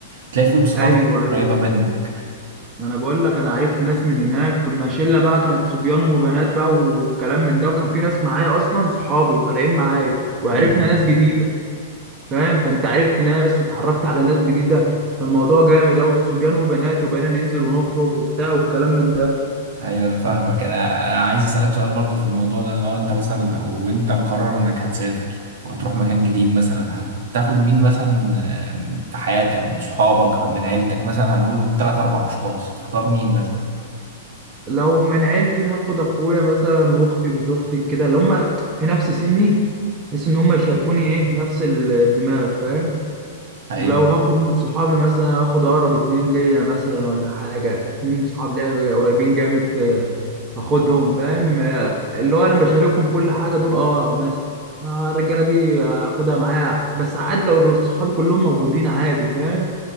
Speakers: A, on the right; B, on the right.
A: بتلاقي فيهم صفات
B: ايوه ايوه
A: قريبة منك
B: ما انا بقول لك انا عرفت ناس من هناك كنا شله بقى كانت صبيان وبنات بقى والكلام من ده وكان في ناس معايا اصلا صحابي طالعين معايا وعرفنا
A: مم.
B: ناس جديده فاهم فانت عرفت ناس وتعرفت على ناس جديده فالموضوع جامد اوي صبيان وبنات وبقينا ننزل ونخرج وبتاع والكلام من ده
A: أيوة أنا فاهمك أنا أنا عايز أسألك سؤال برضو في الموضوع ده إن هو أنت مثلا لو أنت مقرر إنك هتسافر وهتروح مكان جديد مثلا هتاخد مين مثلا آم، في حياتك من صحابك أو من عيلتك مثلا هنقول تلات أربع أشخاص هتختار مين مثلا
B: لو من عيلتي هاخد اخويا مثلا واختي وزوجتي كده اللي هم في نفس سني بحيث ان هم يشاركوني ايه نفس الدماغ فاهم
A: أيوة
B: لو هاخد من صحابي مثلا هاخد اقرب اتنين ليا مثلا ولا حاجه اتنين صحاب ليا قريبين جامد آه، هاخدهم فاهم آه، اللي هو انا بشاركهم كل حاجه دول اه مثلا آه، الرجاله دي هاخدها معايا بس عادي لو صحابي كلهم موجودين عادي فاهم